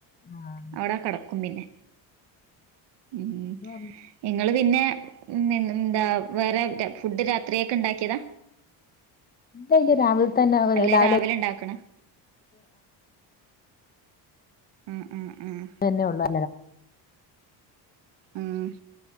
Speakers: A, on the left; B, on the right.
A: ആഹ്
B: അവടെ കടക്കും പിന്നെ. ഉം
A: ഇല്ല
B: ഇങ്ങള് പിന്നെ പിന്നെന്താ. വേറെ എക്കെ ഫുഡ് രാത്ര്യേക്ക് ഇണ്ടാക്ക്യതാ
A: ഇല്ല ഇല്ല രാവിൽതന്നെ
B: അല്ലെ
A: രാവിലെ.
B: ഇണ്ടാക്കണ ആഹാ ആഹാ ആഹാ... !
A: ഇതന്നെ ഒള്ളൂ.
B: ആഹ്